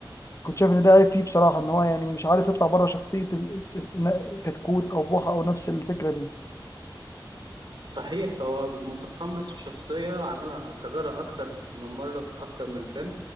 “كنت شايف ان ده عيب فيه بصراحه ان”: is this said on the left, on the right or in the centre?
Left